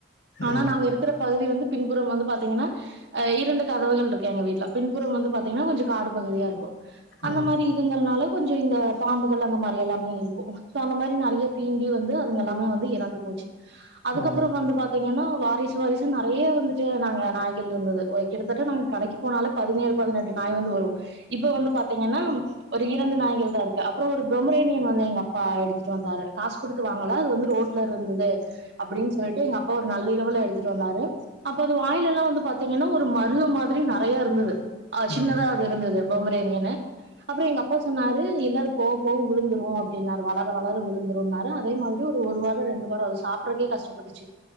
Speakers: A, on the right; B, on the left.
A: ஆனா
B: ம்
A: நாங்க இருக்கிற பகுதி வந்து பின்புறம் வந்து பாத்தீங்கன்னா ஆ இரண்டு கதவுகள் இருக்கு எங்க வீட்ல பின்புறம் வந்து பாத்தீங்கன்னா கொஞ்ச காடு பகுதியா இருக்கு அந்த
B: ம்
A: மாரி இதுங்குறனால கொஞ்ச இந்த பாம்புகள் அந்த மாரி எல்லாமே இருக்கு சோ அந்த மாரி நெறைய தீண்டி வந்து அதுங்க எல்லாமே வந்து இறந்து போச்சு அதுக்கப்பறோ
B: ஓ
A: வந்து பாத்தீங்கன்னா வாரிசு வாரிசுன்னு நெறைய வந்துட்டு நாங்க நாய்கள் இருந்தது ஒரு கிட்டத்தட்ட நாங்க கடை க்கி போனாலே பதினேழு பதினெட்டு நாய் வந்து வரு இப்ப வந்து பாத்தீங்கன்னா ஒரு இரண்டு நாய்கள்தா இருக்கு அப்பறோ ஒரு பொமரேனியன் வந்து எங்க அப்பா எடுத்துட்டு வந்தாரு காசு குடுத் து வாங்கல அது வந்து ரோட்ல இருந்தது அப்பிடின்னு சொல்லிட்டு எங்க அப்பா ஒரு நள்ளிரவுல எடுத்துட்டு வந்தாரு அப்ப அது வாயில எல்லா வந்து பாத்தீங்கன்னா ஒரு மருகு மாதிரி நெறைய இருந்தது ஆ சின்னதா
B: ம் ம்
A: இருந்தது பொமரேனியனு அப்றோ எங்க அப்பா சொன்னாரு இல்ல அது போக போக விழுந்துரு அப்டின்னாரு வளர வளர விழுந்துருன்னாரு அதே மாதி ரி ஒரு ஒரு வாரோ ரெண்டு வாரோ அது சாப்பட்றக்கே கஷ்டப்பட்டுச்சு